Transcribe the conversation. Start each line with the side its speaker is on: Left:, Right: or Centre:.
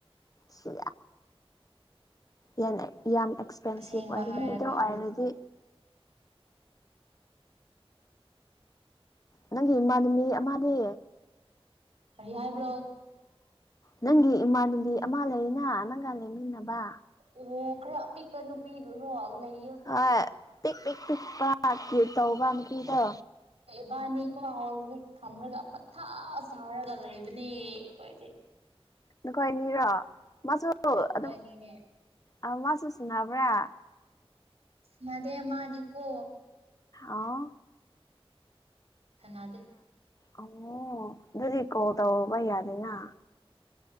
Left: ꯁꯤ ꯌꯦꯟꯅ ꯌꯥꯝ ꯑꯦꯛꯁꯄꯦꯟꯁꯤꯞ
Right: ꯑꯁꯦꯡꯕ
Left: ꯑꯣꯏꯒꯅꯤ
Right: ꯍꯥꯏꯔꯀꯥꯟꯗꯗꯤ
Left: ꯑꯗꯨ ꯑꯣꯏꯔꯗꯤ ꯅꯪꯒꯤ ꯏꯃꯥꯅꯤꯃꯤ ꯑꯃꯅꯤ
Right: ꯑꯔꯤ ꯍꯥꯏꯕ꯭ꯔꯣ
Left: ꯅꯪꯒꯤ ꯏꯃꯥꯟꯅꯕꯤ ꯑꯃ ꯂꯩꯅ ꯅꯪꯒ ꯂꯩꯃꯤꯟꯅꯕ
Right: ꯑꯣꯣ ꯈꯔ ꯑ ꯄꯄꯤꯛꯄ ꯅꯨꯄꯤꯗꯨꯨꯔꯣꯜ ꯂꯩ
Left: ꯑ ꯄꯤꯛ ꯄꯤꯛ ꯇꯤꯄ ꯇꯧꯕ ꯅꯨꯄꯤꯗꯣ
Right: ꯕ ꯑꯅꯤꯀ ꯍ ꯊꯝꯂꯒ ꯃꯊꯥ ꯁꯔꯒ ꯂꯩꯕꯅꯦ ꯀꯣꯏꯁꯦ
Left: ꯅꯈꯥꯏꯅꯤꯔꯥ ꯃꯥꯁꯨ
Right: ꯍꯣꯏ
Left: ꯑꯗꯨꯝ
Right: ꯍꯣꯏꯅꯤꯅꯦ
Left: ꯑ ꯃꯥꯁꯨꯨꯁ ꯅꯥꯕ꯭ꯔꯥ
Right: ꯅꯗꯦ ꯃꯥꯗꯤꯀꯣ
Left: ꯑꯥ
Right: ꯁꯥꯟꯅꯗꯦ
Left: ꯑꯣ ꯑꯗꯨꯗꯤ ꯀꯣꯜ ꯇꯧꯔꯨꯕ ꯌꯥꯗꯦꯅ